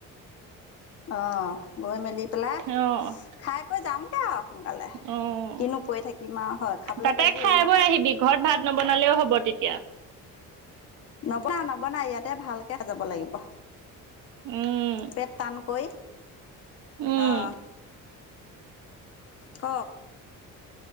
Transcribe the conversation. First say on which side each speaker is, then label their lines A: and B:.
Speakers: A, on the left (about 45°); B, on the right (about 70°).
A: অ। গৈ মেলি পেলাই
B: অ',
A: খাই কৈ যাম। সোনকালে,
B: অ',
A: কিনো কৰি থাকিম আৰু হয় খাবলৈ
B: তাতে
A: পালেতো
B: খাই
A: ৰৈ নাথাক-
B: বৈ আহিবি ঘৰত ভাত নবনালেও হ'ব তেতিয়া-
A: নবনা নবনা ইয়াতে ভালকে যাব লাগিব।
B: উম,
A: পেট টানকৈ-
B: উম,
A: আহ। ক